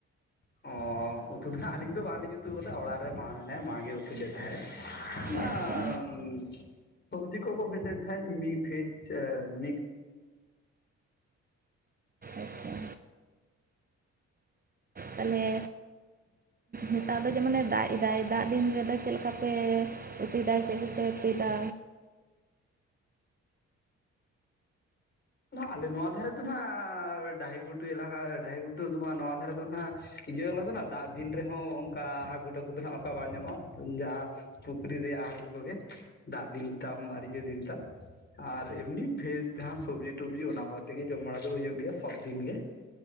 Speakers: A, on the left (about 35°); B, on the right (about 30°).
A: ᱚᱻ ᱩᱛᱩ ᱫᱚ ᱦᱟᱸᱜ ᱟᱹᱞᱤᱧ ᱫᱚ ᱵᱟᱝ ᱞᱤᱧ ᱩᱛᱩ ᱠᱟᱫᱟ ᱚᱲᱟᱜ ᱨᱮ ᱢᱟ ᱢᱮᱱᱟᱭᱟ ᱢᱟᱜ ᱜᱮ ᱩᱛᱩ ᱞᱮᱫ ᱛᱟᱦᱮᱸᱫ <unintelligible>
B: ᱟᱪᱪᱷᱟ
A: ᱥᱚᱵᱡᱤ ᱠᱚᱠᱚ ᱦᱮᱡ ᱞᱮᱱ ᱠᱷᱟᱱ <unintelligible>
B: ᱟᱪᱪᱷᱟ ᱛᱟᱦᱚᱞᱮ ᱱᱮᱛᱟᱨ ᱫᱚ ᱡᱮᱢᱚᱱᱮ ᱫᱟᱜ ᱮᱫᱟᱭ ᱫᱟᱜ ᱫᱤᱱ ᱨᱮ ᱫᱚᱼᱼ ᱪᱮᱫ ᱞᱮᱠᱟ ᱯᱮ ᱩᱛᱩᱭ ᱮᱫᱟ ᱪᱮᱫ ᱠᱚᱯᱮ ᱩᱛᱩᱭ ᱮᱫᱟ
A: ᱟᱞᱮ ᱱᱚᱣᱟ ᱫᱷᱟᱨᱮ ᱫᱚ ᱱᱟᱜ ᱰᱟᱹᱦᱤ ᱜᱷᱩᱴᱩ ᱮᱞᱟᱠᱟ ᱰᱟᱹᱦᱤ ᱜᱷᱩᱴᱩ ᱫᱚ ᱦᱟᱸᱜ ᱱᱚᱣᱟ ᱫᱷᱟᱨᱮ ᱫᱚ ᱱᱟᱜᱼᱼ ᱤᱭᱟᱹᱞᱟ ᱫᱟᱜ ᱫᱤᱱ ᱨᱮᱦᱚᱸ ᱚᱱᱠᱟ ᱦᱟᱹᱠᱩ ᱴᱟᱹᱠᱩ ᱫᱚ ᱦᱟᱸᱜ ᱚᱱᱠᱟ ᱵᱟᱝ ᱧᱟᱢᱚᱜᱼᱟ ᱡᱟᱦᱟᱸᱼᱼ ᱯᱩᱠᱷᱨᱤ ᱨᱮᱭᱟᱜ ᱦᱟᱹᱠᱩ ᱠᱚ ᱜᱮ ᱫᱟᱜ ᱫᱤᱱ ᱛᱟᱢ ᱟᱨᱤᱡᱟᱹ ᱫᱤᱱ ᱛᱟᱢ ᱟᱨ ᱮᱢᱱᱤ ᱵᱷᱮᱡᱽ ᱛᱮᱦᱚᱸ ᱥᱚᱵᱡᱤ ᱥᱚᱵᱡᱤ ᱚᱱᱟ ᱠᱚ ᱟᱛᱮ ᱜᱮ ᱡᱚᱢ ᱵᱟᱲᱟ ᱫᱚ ᱦᱩᱭᱩᱜ ᱜᱮᱭᱟ ᱥᱚᱵ ᱫᱤᱱ ᱜᱮ